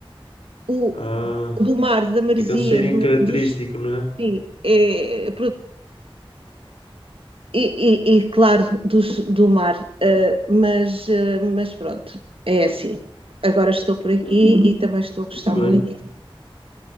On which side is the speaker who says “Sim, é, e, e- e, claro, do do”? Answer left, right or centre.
Right